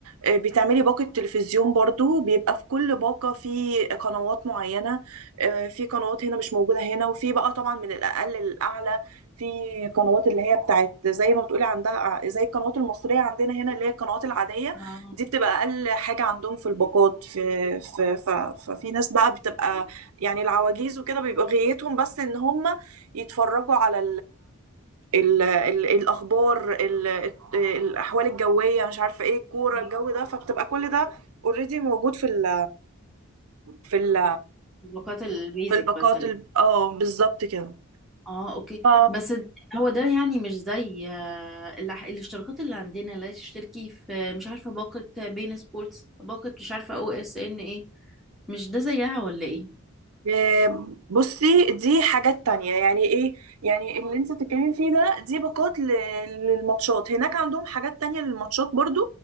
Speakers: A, on the right; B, in the centre.
A: آه، بتعملي باقة تلفزيون برضو بيبقى في كل باقة في قنوات معينة آه، في قنوات هنا مش موجودة هنا وفي بقى طبعا من الأقل للأعلى في قنوات اللي هي بتاعت زي ما بتقولي عندها آه، زي القنوات المصرية عندنا هنا اللي هي القنوات العادية
B: اه
A: دي بتبقى أقل حاجة عندهم في الباقات في في ف- ففي ناس بقى بتبقى يعني العواجيز وكده بيبقى غايتهم بس إن هم يتفرجوا على ال ال الاخبار ال الت- الاحوال الجويه مش عارفه ايه الكوره
B: إيه؟
A: الجو ده فبتبقى كل ده اوريدي موجود في ال في ال
B: طبقات البيزك
A: في الباقات
B: مثلا
A: ال- اه بالظبط كده
B: اه اوكي
A: ف
B: بس د- هو ده يعني مش زي آه، الح- الاشتراكات اللي عندنا لا تشتركي في مش عارفه باقه بين سبورتس باقه مش عارفه او اس ان ايه مش ده زيها ولا ايه
A: آم، بصي دي حاجات تانية يعني ايه يعني اللي انت بتتكلمي فيه ده دي باقات ل- للماتشات هناك عندهم حاجات تانية للماتشات برضو